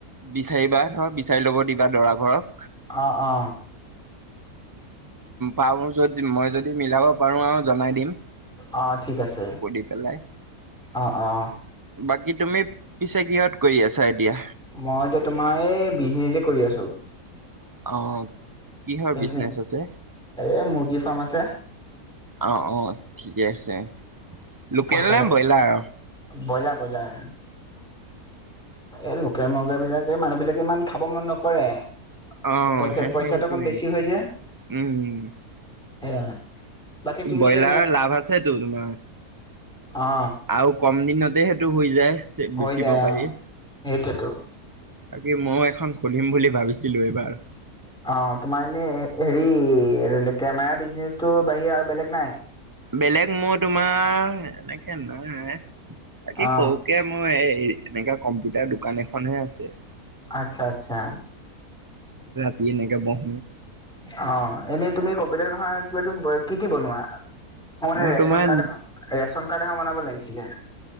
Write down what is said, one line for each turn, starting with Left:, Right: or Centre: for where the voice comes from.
Right: বিচাৰিবা ধৰ বিচাৰি ল'ব দিবা দৰা ঘৰক
Centre: অ অ
Right: পাৰু যদি মই যদি মিলাব পাৰো আৰু জনাই দিম।
Centre: অ ঠিক আছে।
Right: সুধি পেলাই।
Centre: অ' অ'।
Right: বাকী তুমি পিছে কিহঁত কৰি আছা এতিয়া?
Centre: মই এতিয়া তোমাৰ এই বিজনেচে কৰি আছো।
Right: অঁ। কিহৰ
Centre: বিজনে
Right: বিজনেচ আছে
Centre: এ মুৰ্গী ফাৰ্ম আছে
Right: অঁ, অঁ। ঠিকে আছে লোকেল
Centre: পইচা
Right: নে ব্ৰইলাৰ আৰু।
Centre: Broiler- broiler. এ লোকেল মুৰ্গী বিলাক এই মানুহ বিলাকে ইমান খাব মন নকৰে।
Right: অ'
Centre: পইচা
Right: সেয়ে
Centre: পইচাটো
Right: সেইটোৱেই
Centre: অকণ বেছি হৈ যায়
Right: উম,
Centre: সেয়া বাকী তুমি
Right: ব্ৰইলাৰৰ
Centre: এনে
Right: লাভ আছেতো তোমাৰ
Centre: অ
Right: আৰু কম দিনতে সেইটো হৈ যায়।
Centre: হৈ
Right: বেচিব
Centre: যায়
Right: পাৰি
Centre: অ সেইটোৱেতো
Right: বাকি মই এখন শুনিম বুলি ভাবিছিলো এইবাৰ
Centre: অ তোমাৰ এনে হেৰি কেমেৰা বিজনেচটো বাহিৰে আৰু বেলেগ নাই।
Right: বেলেগ মই তোমাৰ এনেকে নহয়। বাকী
Centre: অ
Right: সৰুকে মই এই এনেকা কম্পিউটাৰ দোকান এখনহে আছে।
Centre: আচ্ছা-আচ্ছা,
Right: কি এনেকে বহ
Centre: অ' এনেই তুমি কম্পিউটাৰ ভাষা কিবা কি-কি বনোৱা। অ' মানে
Right: মই
Centre: ৰেচন
Right: তোমাৰ
Centre: কাৰ্ড এখন ৰেচন কাৰ্ড এখন বনাব লাগিছিলে।